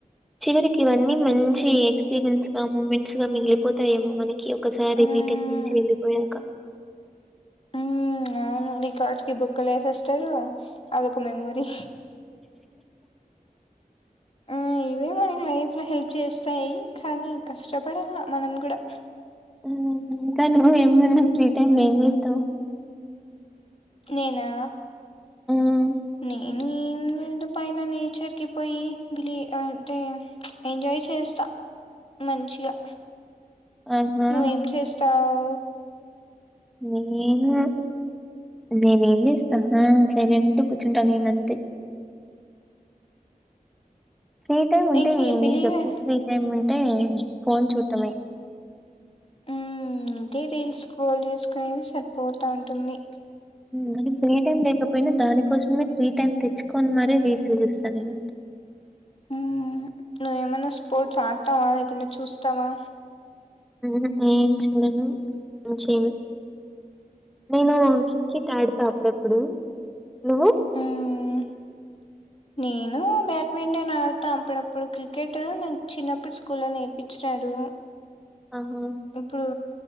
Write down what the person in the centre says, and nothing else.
చివరికి ఇవన్నీ మంచి ఎక్స్పీరియన్స్ గా మూమెంట్స్ గా మిగిలిపోతాయేమో మన ఒకే ఒకసారి
బీటెక్ నుంచి వెళ్ళిపోయాక
హు ఇంకా నువ్వు ఏమన్నా ఫ్రీ టైమ్ లొ ఏం చేస్తావు
హ్మ్.
ఆహా!
నేను నేన ఏం చేస్తా ఆ సైలెంట్ కూర్చుంటా నేను అంతే ఫ్రీ టైమ్ ఉంటే
ఎందుకు
చెప్పు ఫ్రీ టైమ్ ఉంటే ఫోన్ చూడటమే
మనం ఫ్రీ టైమ్ లేకపోయినా దానికోసమే ఫ్రీ టైమ్ తెచ్చుకని మరి రీల్స్ చూస్తాను నేను
హుహా ఏం చూడను ఏం చేయను నేను
క్రికెట్ ఆడతా అప్పుడప్పుడు నువు
ఆహా